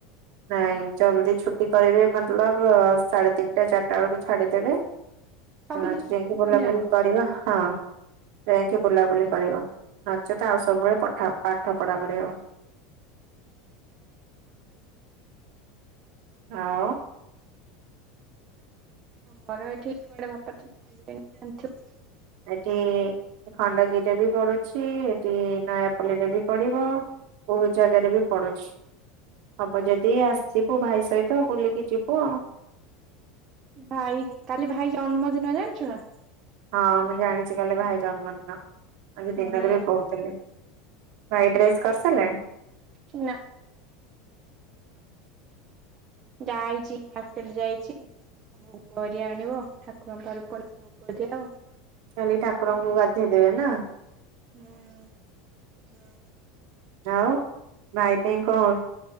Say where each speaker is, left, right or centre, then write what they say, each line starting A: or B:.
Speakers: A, on the right; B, on the right.
A: ନାଇଁ ଜଲ୍ଦି ଛୁଟି କରିବେ ମତଲବ ସାଢେ ତିନିଟା ଚାରିଟା ବେଳକୁ ଛାଡିଦେବେ।
B: ସବୁଦିନ
A: ହଁ ଯାଇକି ବୁଲାବୁଲି
B: ଦିନି ଯାକ
A: କରିବା ହଁ ଯାଇକି ବୁଲାବୁଲି। ନଚେତ ଆଉ ସବୁବେଳେଠ ପାଠ ପଢା ପଢି ହବ। ହଁ
B: ଆମର ଏଇଠି କୁଆଡେ ବାପା ତ ଛାଡିବେନି ଜାଣିଥିବୁ ତୁ ଆଉ
A: ଏଠି ଖଣ୍ଡଗିରି ରେ ବି ପଡୁଛି। ସେ ନୟାପଲ୍ଲୀ ରେ ବି ପଡିବ ବହୁତ ଜାଗାରେ ବି ପଡୁଛି। ହବ ଯଦି ଆସିବୁ ଭାଇ ସହିତ ତ ବୁଲିକି ଜିବୁ ଆଉ
B: ଭାଇ କାଲି ଭାଇ ଜନ୍ମଦିନ ଜାଣିଚୁ ନା <unintelligible>
A: ହଁ ମୁଁ ଜାଣିଚି କାଲି ଭାଇ ଜନ୍ମଦିନ । ଆଜି ତିନିଟା
B: ହୁଁ
A: ଦେବେ କହୁଥିଲେ । ଭାଇ ଡ୍ରେସ୍ କରିସାରିଲାଣି?
B: କି ନା ଯାଇଚି ମାର୍କେଟ ଯାଇଚି ଭୋଗ ହରିଆ ଆଣିବ । ଠାକୁରଙ୍କ ପାଖରେ ଇ ପ୍ରଥମେ ଭୋଗ ଦିଆହେବ ।
A: ଖାଲି ଠାକୁରଙ୍କୁ ଗାଧୋଇ ଦେବେ ନା ।
B: ହୁଁ ହୁଁ
A: ଆଉ ଭାଇ ପାଇଁ କଣ